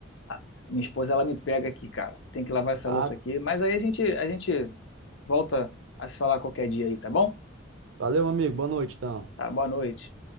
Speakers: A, on the left (about 85°); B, on the right (about 85°).
A: a minha esposa ela me pega aqui, cara. Tem que lavar essa
B: Ah,
A: louça aqui. Mas aí a gente a gente volta a se falar qualquer dia aí, tá bom?
B: valeu, amigo, boa noite, então.
A: Tá, boa noite.